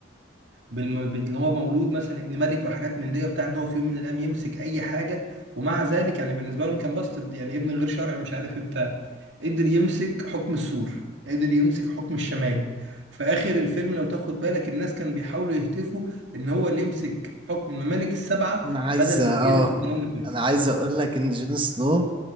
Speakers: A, on the right; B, on the right.
A: بالم... بال- اللي هو مولود مثلا ابن ملك وحاجات من دي وبتاع ان هو في يوم من الايام يمسك اي حاجه ومع ذلك يعني بالنسبه لهم كان باسترد يعني ابن غير شرعي مش عارف ايه بتاع قدر يمسك حكم السور قدر يمسك حكم الشمال في اخر الفيلم لو تاخد بالك الناس كانوا بيحاولوا يهتفوا ان هو اللي يمسك حكم الممالك السبعه
B: انا عايز
A: بدل
B: اه
A: دينيريس والكلام ده كله
B: انا عايز اقول لك ان جون سنو